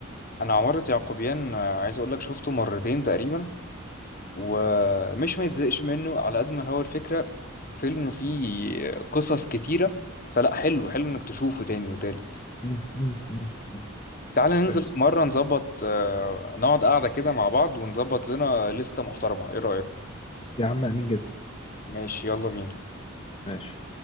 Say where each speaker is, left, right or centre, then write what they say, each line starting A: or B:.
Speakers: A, on the left; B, on the left.
A: انا عمارة يعقوبيان آه، عايز اقول لك شفته مرتين تقريبا ومش ما يتزهقش منه على قد ما هو الفكره فيلم فيه قصص كتيره فلا حلو حلو انك تشوفه تاني وتالت
B: مم، مم، مم، مم.
A: تعالى
B: بس
A: ننزل في مرة نظبط آه، نقعد قاعدة كده مع بعض ونظبط لنا لستة محترمة ايه رأيك
B: يا عم امين جدا
A: ماشي يلا بينا
B: ماشي